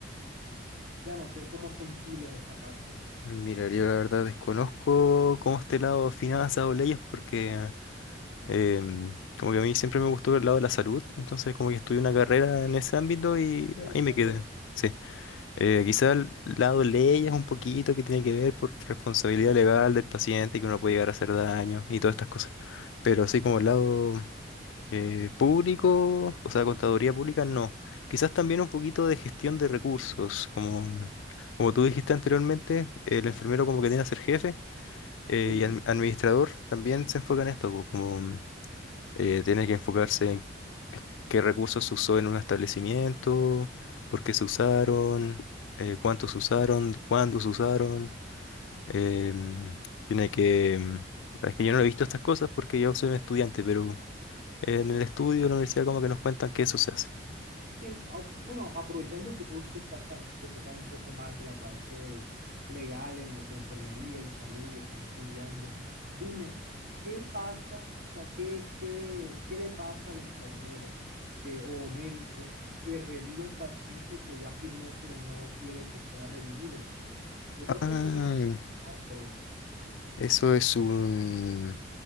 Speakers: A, on the right; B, on the left.
A: Ya no sé cómo es en Chile esa parte.
B: Mira, yo la verdad desconozco cómo este lado finanzas o leyes porque Eh, como que a mí siempre me gustó el lado de la salud, entonces como que estudié una carrera en ese ámbito y
A: Sí, entiendo.
B: ahí me quedé. Sí, eh, quizá el lado de leyes un poquito que tiene que ver por responsabilidad legal del paciente que uno puede llegar a hacer daño y todas estas cosas. Pero así como el lado eh, público, o sea, contaduría pública, no. Quizás también un poquito de gestión de recursos, como, como tú dijiste anteriormente, el enfermero como que tiene que ser jefe eh,
A: Sí.
B: y el administrador también se enfoca en esto, po, como eh, tiene que enfocarse en qué recursos se usó en un establecimiento, por qué se usaron, eh, cuántos se usaron, cuándo se usaron. em, tiene que... em, Es que yo no he visto estas cosas porque yo soy un estudiante, pero en el estudio de la universidad como que nos cuentan que eso se hace.
A: Bien, au- Bueno, aprovechando que tú sí estás, sab- que tú sabes un poco más de la parte legal en la, de enfermería y salud y estás estudiando, dime, ¿qué pasa? O sea, ¿qué, qué, qué le pasa al enfermero que, o médico que reviva un paciente que ya afirmó que no quiere que sea revivido? Yo creo
B: Ah,
A: que eso tiene un nombre.
B: eso es un...